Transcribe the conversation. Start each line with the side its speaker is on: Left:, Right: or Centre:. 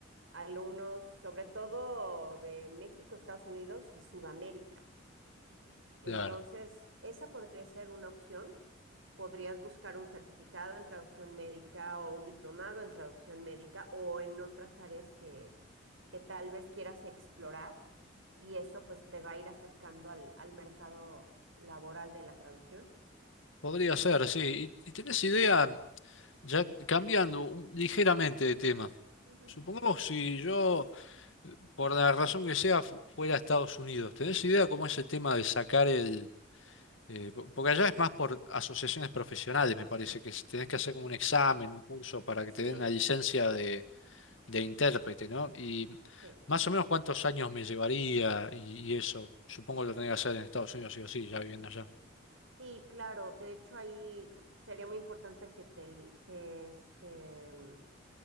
Right: alumnos, sobre todo de México, Estados Unidos y Sudamérica. Entonces,
Left: claro.
Right: esa podría ser una opción. Podrías buscar un certificado en traducción médica o un diplomado en traducción médica o en otras áreas que, que tal vez quieras explorar y eso pues te va a ir acercando al, al mercado laboral de la traducción.
Left: Podría ser, sí. ¿Y, y tenés idea, ya cambiando un- ligeramente de tema?
Right: Ujú.
Left: Supongamos si yo por la razón que sea, fu- fuera a Estados Unidos. ¿Tenés idea cómo es el tema de sacar el... eh, po- porque allá es más por asociaciones profesionales, me parece, que s- tenés que hacer como un examen, un curso para
Right: Sí,
Left: que te den la licencia de, de intérprete, ¿no? Y
Right: sí,
Left: más o menos cuántos años me llevaría y, y eso, supongo lo tenés que hacer en Estados Unidos, sí o sí, ya viviendo allá.
Right: sí, claro. De hecho, ahí sería muy importante que te, te, este,